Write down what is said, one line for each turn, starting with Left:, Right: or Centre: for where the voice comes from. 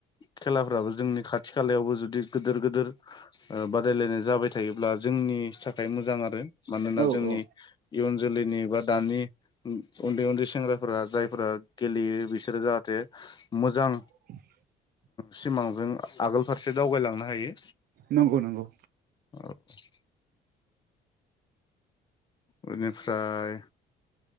Left: खेलाफ्राबो जोंनि खाथि खालायावबो जुदि गिदिर गिदिर बादायलायनाय जाबाय थायोब्ला जोंनि थाखाय मोजां आरो मानोना
Right: औ
Left: जोंनि
Right: औ
Left: इयुन जोलैनि बा दानि उन्दै उन्दै सेंग्राफोरा जायफोरा गेलेयो बिसोरो जाहाथे मोजां
Right: <inaudible>
Left: सिमांजों आगोल फारसे दावगायलांनो हायो।
Right: नंगौ नंगौ।
Left: <inaudible> बेनिफ्राय